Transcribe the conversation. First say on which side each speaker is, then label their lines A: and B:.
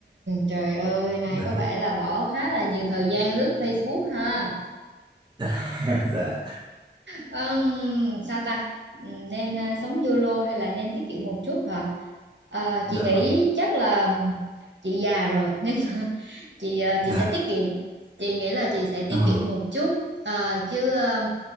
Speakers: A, on the right; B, on the right.
A: Trời ơi, này
B: dạ
A: có vẻ là bỏ khá là nhiều thời gian lướt Facebook ha.
B: <laughs> dạ
A: Ừm, sao ta? Ừm, Nên à, sống YOLO hay là nên tiết kiệm một chút hả? À, chị
B: dạ
A: nghĩ
B: vâng
A: chắc là chị già rồi <laughs> nên là chị à, chị
B: dạ
A: sẽ tiết kiệm. Chị nghĩ là chị sẽ tiết
B: ờ
A: kiệm một chút. À, chứ à,